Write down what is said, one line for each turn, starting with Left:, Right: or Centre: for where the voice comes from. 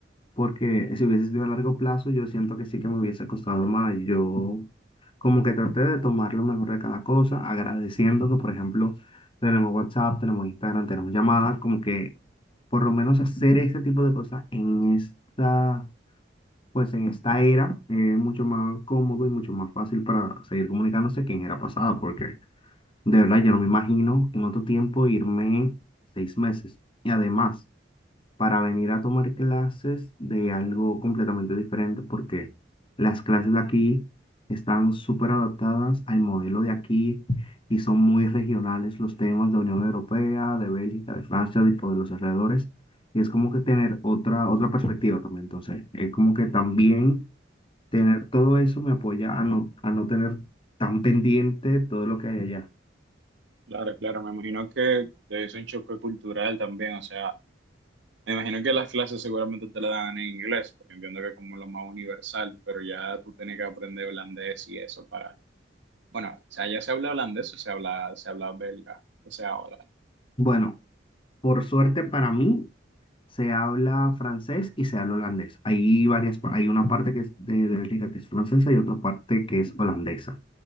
Left: porque si hubiese sido a largo plazo, yo siento que sí que me hubiese costado más. Yo como que traté de tomar lo mejor de cada cosa, agradeciendo que, por ejemplo, tenemos WhatsApp, tenemos Instagram, tenemos llamadas, como que por lo menos hacer este tipo de cosas en esta, pues en esta era, eh, es mucho más cómodo y mucho más fácil para seguir comunicándose que en era pasada, porque de verdad, yo no me imagino en otro tiempo irme seis meses. Y además, para venir a tomar clases de algo completamente diferente, porque las clases de aquí están súper adaptadas al modelo de aquí y son muy regionales los temas de Unión Europea, de Bélgica, de Francia, tipo de los alrededores. Y es como que tener otra, otra perspectiva también. Entonces, es como que también tener todo eso me apoya a no, a no tener tan pendiente todo lo que hay allá.
Right: Claro, claro, me imagino que es un choque cultural también, o sea, Me imagino que las clases seguramente te la dan en inglés, porque entiendo que es como lo más universal, pero ya tú tienes que aprender holandés y eso para... Bueno, o sea, ya se habla holandés o se habla, se habla belga, o sea, hola.
Left: Bueno. Por suerte para mí, se habla francés y se habla holandés. Hay varias, pa- hay una parte que es de, de Bélgica que es francesa y otra parte que es holandesa.